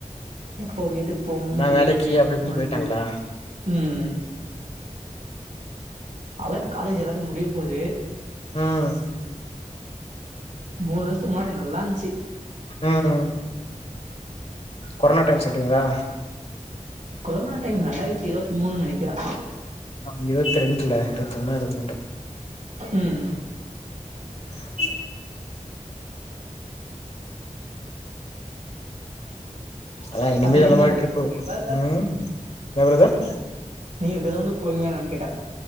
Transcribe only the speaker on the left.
எல்லா
வேலைக்கு
அப்டி இப்டின்னு போயிட்டாங்களா
உம்
உம் கொரானா டைம் சொல்றீங்ளா
ஆ இருபத்தி ரெண்டுல இருபத்து ஒன்னோ இருபத்தி ரெண்டோ
<unintelligible> இ அதா இனிமேல்
அந்த
மாதிரி ட்ரிப்பு
உம் என்ன பிரதர்